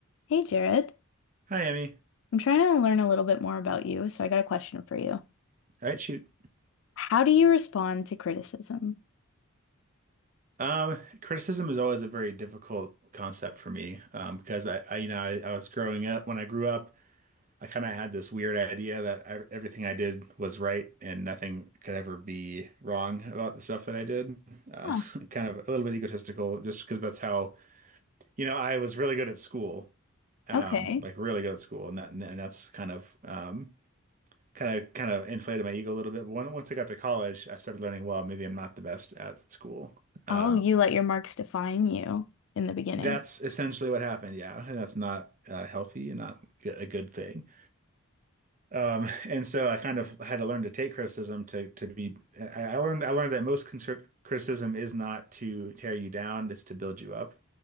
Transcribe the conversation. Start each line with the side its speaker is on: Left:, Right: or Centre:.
Left: Hey Jared,
Right: Hi, Emmy.
Left: I'm trying to learn a little bit more about you, so I got a question for you.
Right: All right, shoot.
Left: How do you respond to criticism?
Right: Um, criticism is always a very difficult concept for me um, because I, I, you know, I, I was growing up. When I grew up, I kind of had this weird idea that I, everything I did was right and nothing could ever be wrong about the stuff that I did. Uh,
Left: Huh,
Right: <laughs> kind of a little bit egotistical, just because that's how, you know, I was really good at school, um,
Left: okay.
Right: like really good at school, and that, and that's kind of um, kind of kind of inflated my ego a little bit. But when, once I got to college, I started learning, well, maybe I'm not the best at school.
Left: Oh,
Right: Um,
Left: you let your marks define you in the beginning,
Right: that's essentially what happened, yeah, and that's not uh, healthy and not g- a good thing. Um, and so I kind of had to learn to take criticism to to be. I, I learned I learned that most concert criticism is not to tear you down; it's to build you up.